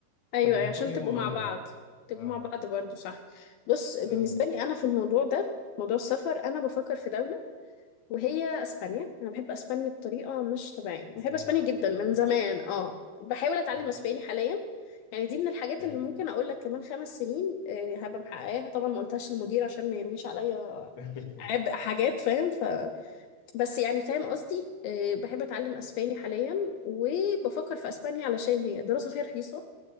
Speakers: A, on the left; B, on the left.
A: ايوه
B: تبقى
A: أيوة،
B: م-
A: عشان
B: كل يوم
A: تبقوا
B: مغامره
A: مع بعض تبقوا
B: اه
A: مع بعض برضو صح بص بالنسبه
B: اه
A: لي انا في الموضوع ده موضوع السفر انا بفكر في دوله وهي اسبانيا انا بحب اسبانيا بطريقه مش طبيعيه أنا
B: بس
A: بحب
B: ثانيه
A: اسبانيا
B: اه
A: جدا
B: ثانية
A: من
B: كده.
A: زمان اه بحاول اتعلم
B: آه،
A: اسباني حاليا يعني دي من الحاجات
B: فهمت
A: اللي ممكن اقول لك كمان خمس سنين آه، هبقى محققاها طبعا ما قلتهاش للمدير عشان ما يرويش عليا
B: <laughs>
A: عبء حاجات فاهم ف بس يعني فاهم قصدي آه، بحب اتعلم اسباني حاليا وبفكر في اسبانيا علشان هي الدراسه فيها رخيصه